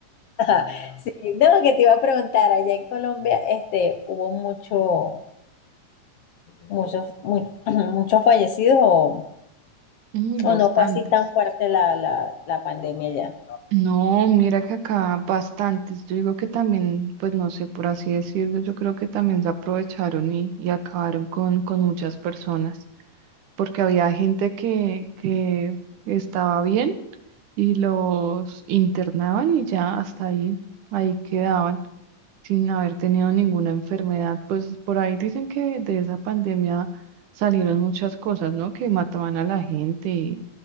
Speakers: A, on the left (about 70°); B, on the right (about 85°).
A: <laughs> sí, no, que te iba a preguntar, allá en Colombia, este, hubo mucho, muchos, mu- <clears throat> muchos fallecidos o,
B: Mm, bastantes.
A: o no fue así tan fuerte la, la, la pandemia
B: No, mira que acá bastantes. Yo digo que también, pues no sé, por así decirlo, yo creo que también se aprovecharon y, y acabaron con, con muchas personas, porque había gente que, que estaba bien y los internaban y ya hasta ahí, ahí quedaban sin haber tenido ninguna enfermedad. Pues por ahí dicen que de esa pandemia salieron muchas cosas, ¿no? Que mataban a la gente y